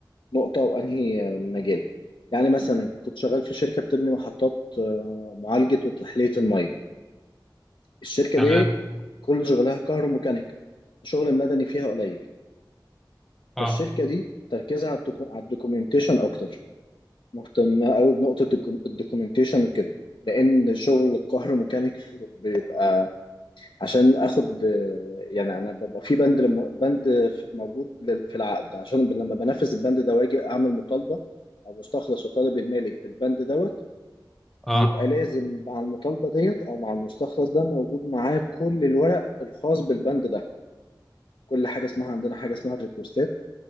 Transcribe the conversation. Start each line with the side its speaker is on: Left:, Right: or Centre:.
Left: نقطة وانهي مجال يعني مثلا كنت شغال في شركة بتبني محطات آه، معالجة وتحلية المية الشركة
Centre: تمام
Left: دي كل شغلها كهروميكانيك الشغل المدني فيها قليل
Centre: اه
Left: فالشركة دي تركيزها على الدوكو- على الدوكيومنتيشن اكتر مهتمة قوي بنقطة الدوكيومنتيشن وكده لان شغل الكهروميكانيك بيبقى عشان اخد يعني انا ببقى في بند لم- بند في- موجود لل- في العقد عشان لما بنفذ البند ده واجي اعمل مطالبه او مستخلص وطالب المالك بالبند دوت بيبقى
Centre: اه
Left: لازم مع المطالبه ديت او مع المستخلص ده موجود معاه كل الورق الخاص بالبند ده كل حاجه اسمها عندنا حاجه اسمها الريكوستات